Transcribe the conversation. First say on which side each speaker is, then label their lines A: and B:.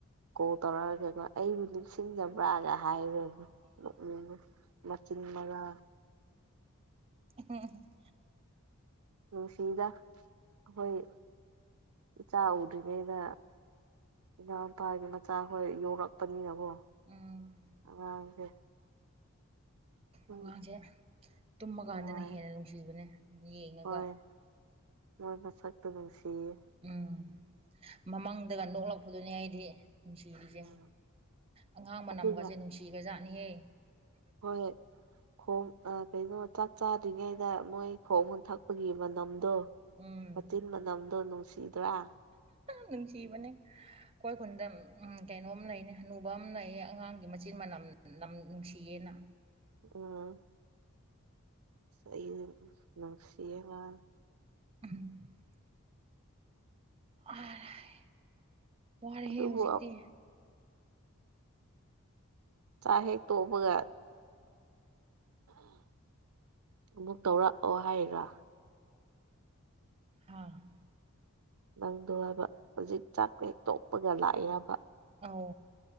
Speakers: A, on the right; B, on the right.
A: ꯀꯣ ꯇꯔꯥ ꯀꯦꯀ ꯑꯩꯕꯨ ꯁꯤꯟꯗꯕꯥꯒ ꯍꯥꯏꯔꯗꯤ ꯅꯣꯛꯅꯤꯡꯉꯦ ꯃꯆꯤꯟ ꯃꯌꯥ
B: <unintelligible>
A: ꯅꯨꯡꯁꯤꯗ ꯑꯈꯣꯏ ꯏꯆꯥ ꯎꯗ꯭ꯔꯤꯉꯩꯗ ꯏꯅꯥꯎꯄꯥꯒꯤ ꯃꯆꯥꯈꯣꯏ ꯌꯧꯔꯛꯄꯅꯤꯅꯀꯣ
B: ꯎꯝ
A: ꯑꯉꯥꯡꯁꯦ ꯑꯗꯨꯝ
B: ꯑꯉꯥꯡꯖꯦ ꯇꯨꯝꯃꯀꯥꯟꯗꯅ
A: ꯅꯨꯡꯉꯥꯏ
B: ꯍꯦꯟꯅ ꯅꯨꯡꯁꯤꯕꯅꯦ ꯌꯦꯡꯉꯒ
A: ꯍꯣꯏ ꯃꯣꯏ ꯃꯁꯛꯇꯣ ꯅꯨꯡꯁꯤꯌꯦ
B: ꯎꯝ ꯃꯃꯪꯗꯒ ꯅꯣꯛꯂꯛꯄꯗꯨꯅꯤ ꯑꯩꯗꯤ ꯅꯨꯡꯁꯤꯔꯤꯖꯦ
A: ꯎꯝ
B: ꯑꯉꯥꯡ ꯃꯅꯝꯒꯖꯦ
A: ꯑꯗꯨꯒ
B: ꯅꯨꯡꯁꯤꯒ꯭ꯔ ꯖꯥꯠꯅꯤꯍꯦ
A: ꯍꯣꯏ ꯈꯣꯡ ꯑ ꯀꯩꯅꯣ ꯆꯥꯛ ꯆꯥꯗ꯭ꯔꯤꯉꯩꯗ ꯃꯣꯏ ꯈꯣꯝꯒ ꯊꯛꯄꯒꯤ ꯃꯅꯝꯗꯣ
B: ꯎꯝ
A: ꯃꯆꯤꯟ ꯃꯅꯝꯗꯣ ꯅꯨꯡꯁꯤꯗ꯭ꯔꯥ
B: ꯅꯨꯡꯁꯤꯕꯅꯦ ꯑꯩꯈꯣꯏ ꯈꯨꯨꯟꯗ ꯎꯝ ꯀꯩꯅꯣꯝ ꯂꯩꯅꯦ ꯍꯟꯅꯨꯕ ꯑꯃ ꯂꯩꯌꯦ ꯑꯉꯥꯡꯒꯤ ꯃꯆꯤꯟ ꯃꯅꯝ ꯅꯝ ꯅꯨꯡꯁꯤꯌꯦꯅ
A: ꯑꯝ ꯑꯩꯖꯨ ꯅꯨꯡꯁꯤꯌꯦ ꯉꯥ
B: <unintelligible> <unintelligible> ꯋꯥꯔꯦꯍꯦ
A: ꯑꯗꯨꯕꯨ
B: ꯍꯧꯖꯤꯛꯇꯤ
A: ꯆꯥꯛ ꯍꯦꯛ ꯇꯣꯛꯄꯒ ꯑꯃꯨꯛ ꯇꯧꯔꯛꯑꯣ ꯍꯥꯏꯔꯤꯔꯣ
B: ꯍꯣꯢ
A: ꯅꯪꯗꯣ ꯍꯥꯏꯕ ꯍꯧꯖꯤꯛ ꯆꯥꯛ ꯍꯦꯛ ꯇꯣꯛꯄꯒ ꯂꯥꯛꯌꯦ ꯍꯥꯢꯕ
B: ꯑꯥꯎ